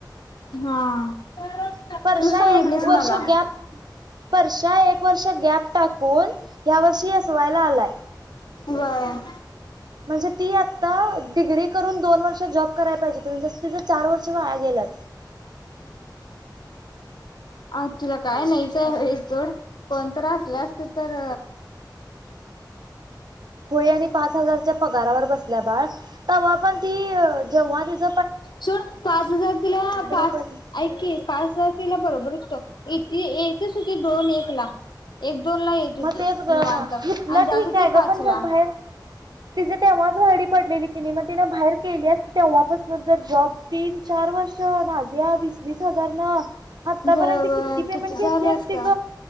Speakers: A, on the left; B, on the right.
A: हा
B: वर्षा
A: तू सांगितलीस
B: एक वर्ष
A: मला
B: गॅप वर्षा एक वर्ष गॅप टाक. कोण. या वर्षी असवायला आलाय.
A: व्हय.
B: म्हणजे ती आता डिग्री करून दोन वर्ष जॉब करायला पाहिजे म्हणजे ति चार वर्ष वाया गेल्यात.
A: आ तुला काय नाहीच आहे वेळ सोड कोणत असल्या असते तर
B: खोळी आणि पाच हजारच्या पगारावर बसल्या बाळ तेव्हा पण ती जेव्हा तिच
A: सोड पाच हजार तुला पाच
B: पडली
A: ऐक की पाच ह तीला बरोबरचत होतं इथे येतच होती दोन एक ला एक दोन ला येत होती
B: मग तेच
A: निवांत
B: ग
A: आणि
B: तितलं
A: जात
B: ठीक
A: होती
B: आहे
A: पाच
B: ग पण
A: ला
B: जर बाहेर तिचेे तेव्हा वाय डी पडलेली कि नाही मग तिनं बाहेर केली असती तेव्हापासून जर जॉब तीन चार -वर्ष नाझिया वीस वीस हजार न आतापर्यंत
A: व्हय व्हय
B: पेमेंट
A: किती
B: घेतली
A: झालं
B: असती
A: असत?
B: ग